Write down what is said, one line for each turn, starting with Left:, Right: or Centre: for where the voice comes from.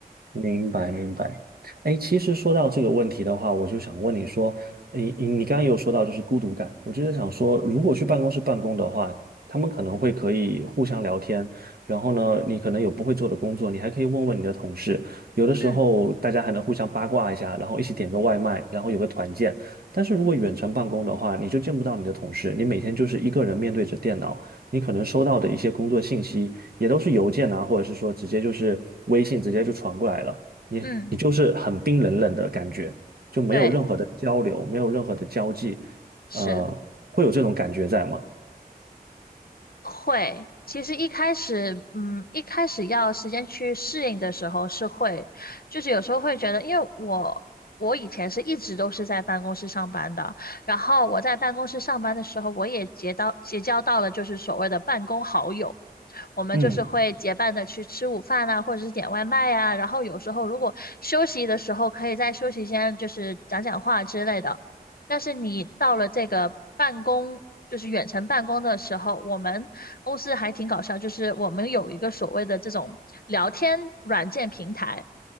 Right: 明白，明白。哎，其实说到这个问题的话，我就想问你说，你你你刚刚也有说到就是孤独感，我就在想说，如果去办公室办公的话，他们可能会可以互相聊天，然后呢，你可能有不会做的工作，你还可以问问你的同事，有的时候大家还能互相八卦一下，
Left: 嗯
Right: 然后一起点个外卖，然后有个团建。但是如果远程办公的话，你就见不到你的同事，你每天就是一个人面对着电脑，你可能收到的一些工作信息。也都是邮件啊，或者是说直接就是微信直接就传过来了，你你就是很冰冷冷的感觉，
Left: 嗯，
Right: 就没有任何的交流，
Left: 对，
Right: 没有任何的交际，
Left: 是。
Right: 呃，会有这种感觉在吗？
Left: 会，其实一开始，嗯，一开始要时间去适应的时候是会，就是有时候会觉得，因为我我以前是一直都是在办公室上班的，然后我在办公室上班的时候，我也结到结交到了就是所谓的办公好友。我们就是会结伴的去吃午饭啊，
Right: 嗯，
Left: 或者是点外卖呀，然后有时候如果休息的时候，可以在休息间就是讲讲话之类的。但是你到了这个办公，就是远程办公的时候，我们公司还挺搞笑，就是我们有一个所谓的这种聊天软件平台。